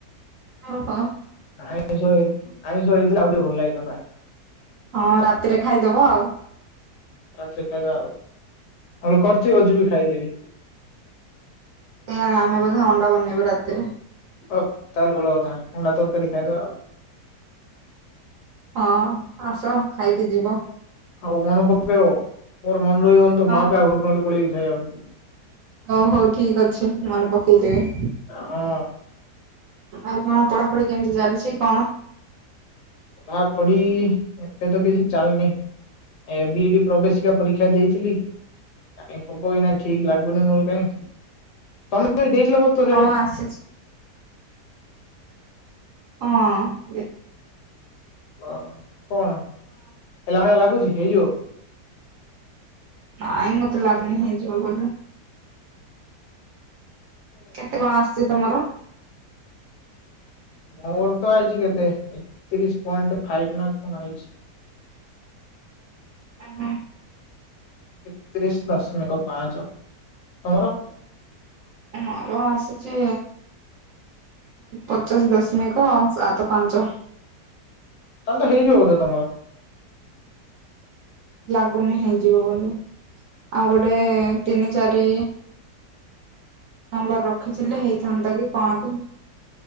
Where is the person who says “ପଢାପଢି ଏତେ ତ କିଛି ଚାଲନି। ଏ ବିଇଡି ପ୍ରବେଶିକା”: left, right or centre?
Left